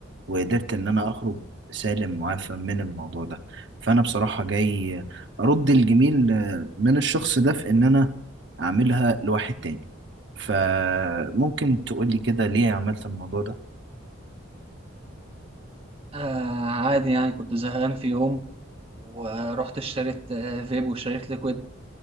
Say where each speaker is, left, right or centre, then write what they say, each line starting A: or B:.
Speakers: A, on the right; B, on the right.
A: وقدرت ان انا اخرج سالم معافى من الموضوع ده فانا بصراحه جاي ارد الجميل آه، من الشخص ده في ان انا اعملها لواحد تاني فممكن تقولي كده ليه عملت الموضوع ده
B: آه عادي يعني كنت زهقان في يوم ورحت اشتريت آه، فيب واشتريت ليكويد